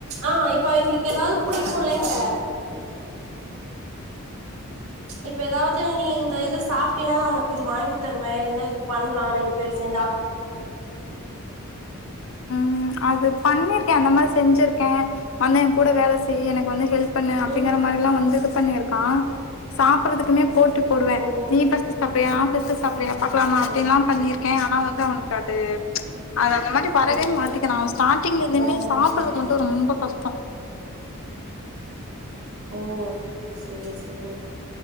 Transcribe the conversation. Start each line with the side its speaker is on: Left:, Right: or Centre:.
Right: ஆ இப்ப எங்ளுக்கு ஏதாவது புடிக்கு இல்லைங்க இப்ப எதாவது நீ இந்த இத சாப்ட்டீன்னா நா உனக்கு இது வாங்கி தருவே இல்னா இது பண்லா ரெண்டு பேர் சேந்து
Left: ம் அது பண்ணிருக்கே அந்த மாரி செஞ்சுருக்கே வந்த என் கூட வேல செய் எனக்கு வந்து ஹெல்ப் பண்ணு அப்டிங்கற
Right: ம்
Left: மாரிலா வந்து இது பண்ணிருக்கா சாப்றதுக்குமே போட்டி போடுவே
Right: ஓ
Left: நீ ஃப ஸ்ட் சாப்றயா நா ஃபஸ்ட் சாப்றயா பாக்லாமா அப்டின்லா
Right: ஓ
Left: பண்ணிரு கே அவ வந்து அவனுக்கு அது அவ அந் மாரி வரவே
Right: ஓ
Left: மாட்டிக்றா அவ ஸ்டா ட்டிங்கல இந்துமே
Right: எறங்க
Left: சாப்பட்றதுக்
Right: மாட்டேங்குது
Left: மட்டு ரொம்ப கஷ்டோ
Right: ஓ சரி சரி